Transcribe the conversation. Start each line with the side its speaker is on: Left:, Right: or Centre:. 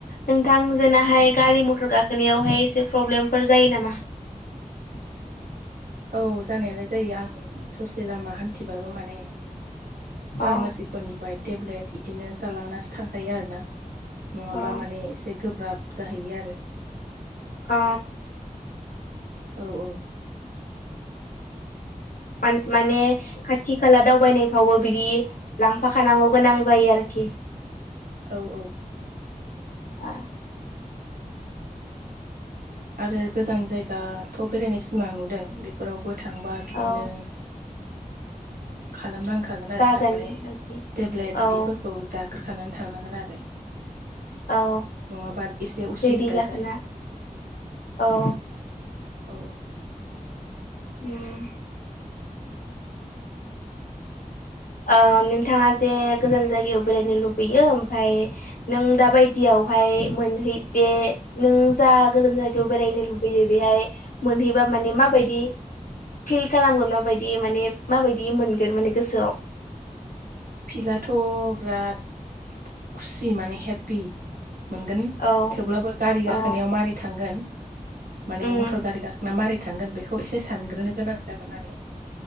Left: नोंथांजोंनाहाय गारि मथर गाखोनायावहाय एसे प्रब्लेमफोर जायो नामा? <inaudible>
Right: औ जानायालाय जायो आं ससे लामा हान्थिबाबो माने फार्मासिफोरनिफ्राय
Left: अ
Right: टेब्लेट इदिनो जालांनासो थांखायो आरो ना। नंङाबा
Left: अ
Right: माने एसे गोब्राब जाहैयो आरो।
Left: अ।
Right: औ औ।
Left: मान माने खाथि खाला दावबायनायफ्रावबो बिदि लांफाखानांगौ गोनां जायो आरोखि। <inaudible>
Right: औ औ।
Left: ए।
Right: आरो गोजान जायगाथ' बेरायनाय सिमां नुदों बेफोराव बो थांबा बिदिनो
Left: औ
Right: खालामनां खागोन
Left: जागोन
Right: आरो ना माने
Left: आरोखि
Right: टेब्लेट
Left: औ
Right: बिदिफोरखौ जाग्रोखानानै थांनांगोन आरो।
Left: औ
Right: नंङाबा एसे उसुबिदा
Left: रेडि जाखोना
Right: जाहैयो।
Left: औ
Right: औ औ।
Left: उम। ओ नोंथांङा जे गोजान जायगायाव बेरायनो लुबैयो ओमफाय नों दा‌ बादियावहाय मोनहै बे जा गोजान जायगायाव बेरायनो लुबैयो बेहाय मोनहैबा माने माबायदि फिल खालामगोन माबायदि माने माबायदि मोनगोन माने गोसोआव?
Right: फिलाआथ' बिराद खुसि माने हेपि। मोनगोन
Left: औ
Right: थेवब्लाबो गारि गाखोनायाव
Left: औ
Right: मारै थांगोन माने
Left: उम
Right: मथर गारि गाखोना मारै थांगोन बेखौ एसे सानग्रोनो गोनां जागोन आरो।